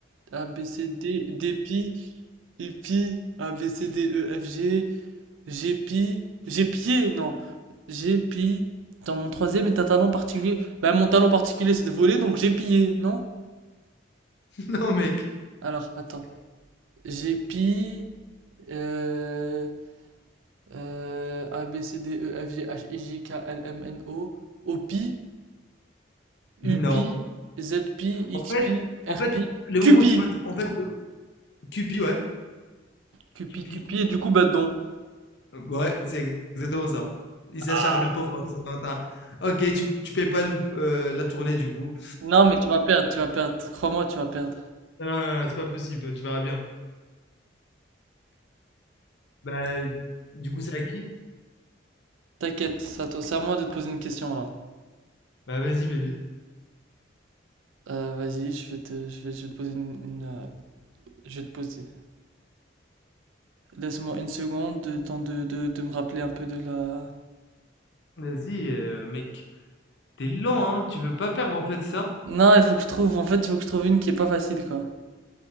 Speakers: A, on the right; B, on the left.
A: A, B, C, D, D, pi, I, pi, A, B, C, D, E, F, G, G, pi, G, pied, non, G, pi, dans mon troisième est un talent particulier. Bah, mon talent particulier, c'est de voler, donc j'ai pillé, non?
B: <laughs> Non, mec.
A: Alors, attends, G, pi, euh, euh, A, B, C, D, E, F, G, H, I, J, K, L, M, N, O, O, pi, U,
B: Non.
A: pi, Z, pi,
B: En
A: X,
B: fait,
A: pi,
B: en
A: R,
B: fait,
A: pi,
B: le
A: Q,
B: moment
A: pi.
B: où tu vas, te- en fait, Cupid, ouais.
A: Cupi,
B: Cupid,
A: Cupi et du coup Badon.
B: Ouais, c'est exactement ça. Il s'acharne,
A: Ah,
B: le pauvre euh, Saint-Valentin. OK, tu tu payes pas le heu, la tournée, du coup.
A: Non mais tu vas perdre, tu vas perdre. Crois-moi, tu vas perdre.
B: Non, non, non, c'est pas possible, toi, tu verras bien. Bah, du coup, c'est à qui?
A: T'inquiète, ça t- c'est à moi de te poser une question là.
B: Bah, vas-y, bébé.
A: Euh, vas-y, je vais te, je vais, je vais te poser une, une, euh, je vais te poser. Laisse-moi une seconde, de temps de, de, de me rappeler un peu de la.
B: Vas-y, heu, mec, T'es lent, hein, tu veux pas perdre, en fait, ça?
A: Non, il faut que je trouve. En fait, il faut que je trouve une qui est pas facile quoi.